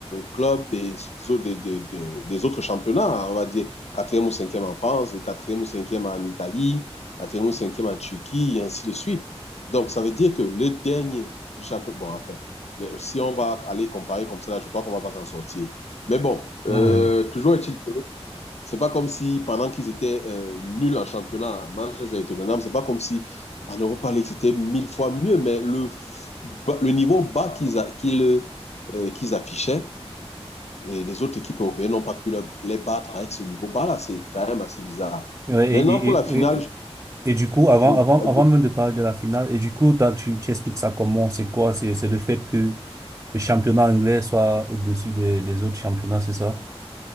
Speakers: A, on the left; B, on the right.
A: club des, au- des, des- des- des autres championnats, on va dire quatrième ou cinquième en France, quatrième ou cinquième en Italie, quatrième ou cinquième en Turquie, et ainsi de suite. Donc, ça veut dire que le dernier du championnat, bon, enfin, le- si on va aller comparer comme ça, là, je crois qu'on ne va pas s'en sortir. Mais bon,
B: Mhm.
A: euh, toujours est-il que c'est pas comme si pendant qu'ils étaient euh, nuls en championnat, à Manchester et Tottenham, c'est pas comme si en Europa League c'était mille fois mieux, mais le, le niveau bas qu'ils a- qu'ils euh, qu'ils affichaient, et les autres équipes européennes n'ont pas pu le- les battre avec ce niveau bas-là. C'est quand même assez bizarre.
B: Ouais,
A: Maintenant,
B: Et,
A: pour
B: et,
A: la finale,
B: et,
A: je-
B: Et du coup, avant,
A: oui,
B: avant,
A: vas-y.
B: avant même de parler de la finale, et du coup, toi, tu, tu expliques ça comment, c'est quoi, c'est, c'est le fait que le championnat anglais soit au-dessus des, des autres championnats, c'est ça?